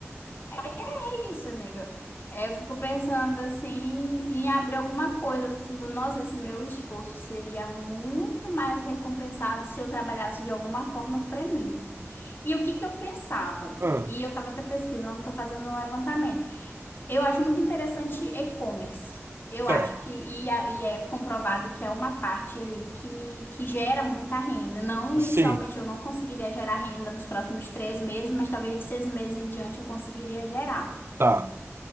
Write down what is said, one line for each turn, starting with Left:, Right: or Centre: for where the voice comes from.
Left: é, Isso, amiga. É, eu fico pensando assim em abrir alguma coisa. Eu fico, nossa, esse meu esforço seria muito mais recompensado se eu trabalhasse de alguma forma para mim. E o que que eu pensava?
Right: Ah,
Left: E eu estava até pesquisando, estou fazendo um levantamento. Eu acho muito interessante e-commerce. Eu
Right: certo.
Left: acho que e, a- e é comprovado que é uma parte ali que, que gera muita renda. Não inicialmente
Right: Sim,
Left: eu não conseguiria gerar renda nos próximos três meses, mas talvez de seis meses em diante eu conseguiria gerar.
Right: tá.